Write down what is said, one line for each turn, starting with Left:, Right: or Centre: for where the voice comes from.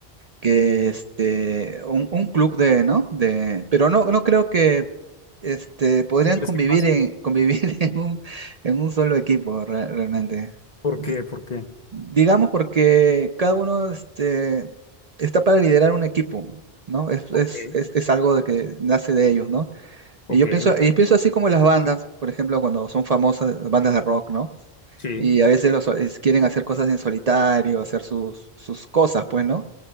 Right: que este, un, un club de, ¿no? De, pero no, no creo que este, podrían
Left: ¿No crees
Right: convivir
Left: que pase?
Right: en, convivir <laughs> en un, en un solo equipo re- realmente.
Left: ¿Por
Right: Di-
Left: qué? ¿Por qué?
Right: digamos porque cada uno este, está para liderar un equipo, ¿no? Es,
Left: Ok,
Right: es, es, es algo de que nace de ellos, ¿no? Y
Left: ok,
Right: yo pienso,
Left: ok.
Right: y pienso así como las bandas, por ejemplo, cuando son famosas, las bandas de rock, ¿no?
Left: Sí,
Right: Y a veces los, es- quieren hacer cosas en solitario, hacer sus, sus cosas, pues, ¿no?